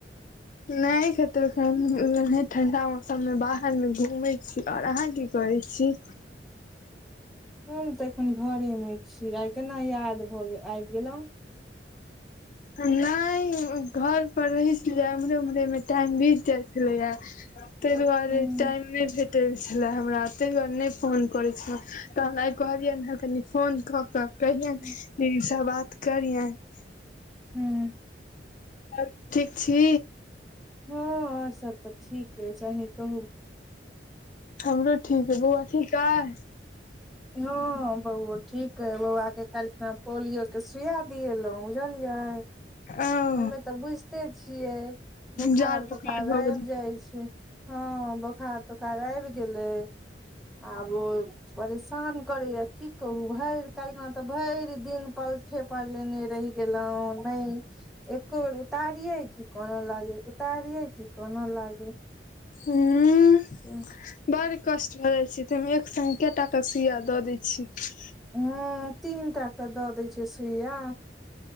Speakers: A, on the left; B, in the centre.
A: नहि कतौ ओनहे ठंडा मौसम मे बाहर मे घूमे छी। आओर अहाँ की करै छी।
B: हम त एखन घरे मे छी, आइ केना याद भऽ गेल आबि गेलहुँ।
A: नहि घर पर रहि स जैब। एम्रे उम्हरे में टाइम बीत जाय छलै यैं, तहि दुआरे
B: हूँ
A: टाइम मे भेट ल छलै हमरा तय दुवारे नहि फोन करै छलहुँ, तहन आइ कहलियनि हँ कनि फोन कऽ-कऽ कहियैन
B: हूँ
A: दीदी स बात करियनि।
B: हम्म
A: और ठीक छी।
B: हँ आओर सब तऽ ठीक अछि, अही कहू
A: हमरो ठीक अय, बौआ ठीक अय।
B: हँ बौओ ठीक अइ, बौआके काल्खना पोलियो के सुइया दियेलौ बुझलियै।
A: ओ
B: ओहिमे तऽ बुझिते छियै। बोखार-तोखार
A: जाड़ बोखार भऽ
B: आबि
A: गेल
B: जाइ छै, हँ बोखार तो खार आबि गेलै, आब ओ परेशान करैया की कहूं भरि, काल्हि खना त भरि दिन पलथे पर लेने रहि गेल‌ऊ नहि एको बेर उतारिये कि कानऽ लागे, उतारिये क कनऽ लागे।
A: उहम्म
B: ह
A: बड़ कष्ट भ जाइ छय। ताहिमे एक सङ्ग कैए टाक सुइया दऽ दै छय।
B: हम्म तीन टा क द दै छै सुइया।